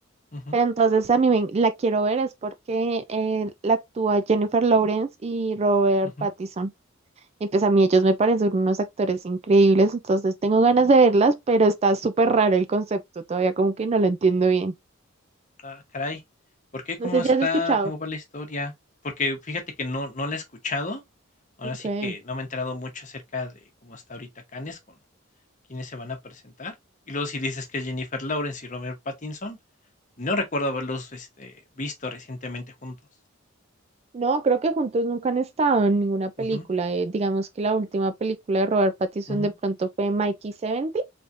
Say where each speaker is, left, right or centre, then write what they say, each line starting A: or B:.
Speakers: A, on the left; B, on the right.
A: ujú,
B: pero entonces a mí me- la quiero ver es porque eh, la actúa Jennifer Lawrence y Robert
A: ujú.
B: Pattinson. Y pues a mí ellos me parecen unos actores increíbles, entonces tengo ganas de verlas, pero está súper raro el concepto, todavía como que no lo entiendo bien.
A: Ah, caray. ¿Por qué? ¿Cómo
B: No sé
A: está?
B: si has escuchado.
A: ¿Cómo va la historia? Porque fíjate que no, no la he escuchado. Ahora
B: Okay.
A: sí que no me he enterado mucho acerca de cómo está ahorita Cannes, con quiénes se van a presentar. Y luego si dices que es Jennifer Lawrence y Robert Pattinson, no recuerdo haberlos este, visto recientemente juntos.
B: No, creo que juntos nunca han estado en ninguna película.
A: Ujú,
B: eh, digamos que la última película de Robert Pattinson
A: ujú.
B: de pronto fue Mikey 70